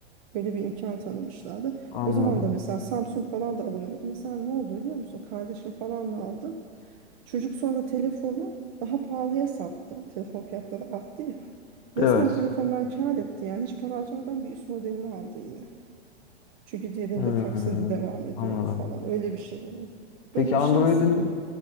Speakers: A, on the right; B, on the left.
A: Böyle bir imkan tanımışlardı.
B: Anladım.
A: O zaman da mesela Samsung falan da alınıyordu. Mesela ne oldu biliyor musun? Kardeşim falan da aldı. Çocuk sonra telefonu daha pahalıya sattı. Telefon fiyatları arttı ya. Resmen
B: Evet.
A: telefondan kâr etti yani hiç para harcamadan bir üst modelini aldı yine. Çünkü diğerinde
B: Hı.
A: taksidi devam ediyordu
B: Anladım.
A: falan öyle bir şeyler.
B: Peki
A: Öyle bir
B: Android'in
A: şans